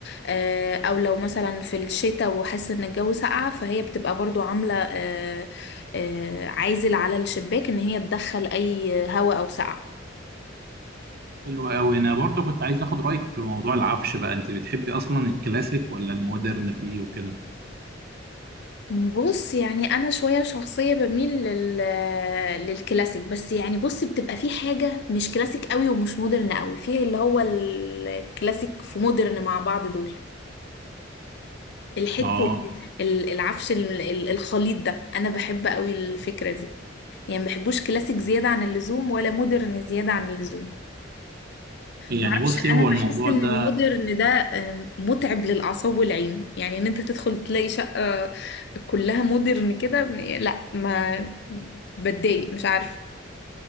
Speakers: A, on the left; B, on the right.
A: آه، او لو مثلا في الشتاء وحاسس ان الجو ساقعة فهي بتبقى برضو عاملة آه، آه، عازل على الشباك ان هي تدخل اي هواء او سقعة
B: حلو قوي انا برضو كنت عايز اخد رايك في موضوع العفش بقى انت بتحبي اصلا الكلاسيك ولا المودرن فيه وكده
A: بص يعني انا شويه شخصيه بميل لل... للكلاسيك بس يعني بص بتبقى في حاجه مش كلاسيك قوي ومش مودرن قوي في اللي هو الكلاسيك في مودرن مع بعض دول الحته
B: اه
A: دي ال- العفش ال- ال- الخليط ده انا بحب قوي الفكره دي يعني ما بحبوش كلاسيك زياده عن اللزوم ولا مودرن زياده عن اللزوم
B: يعني
A: معرفش
B: بصي هو
A: انا بحس
B: الموضوع
A: ان
B: ده
A: المودرن ده آم، متعب للاعصاب والعين يعني ان انت تدخل تلاقي شقة كلها مودرن كده لا ما بتضايق مش عارفه